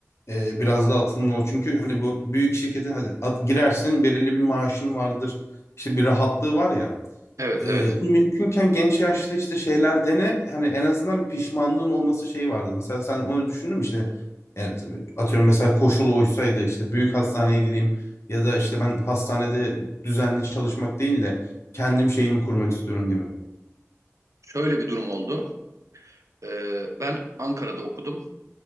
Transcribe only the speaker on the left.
Ee, biraz daha atılımlı ol. Çünkü hani bu büyük şirkete hadi at, girersin belirli bir maaşın vardır. İşte bir rahatlığı var ya.
Ee,
mümkünken genç yaşta işte şeyler dene hani en azından bir pişmanlığın olması şeyi vardı. Mesela sen onu düşündün mü işte yani tabii atıyorum mesela koşul oysaydı işte büyük hastaneye gireyim ya da işte ben hastanede düzenli çalışmak değil de kendim şeyimi kurmak istiyorum gibi.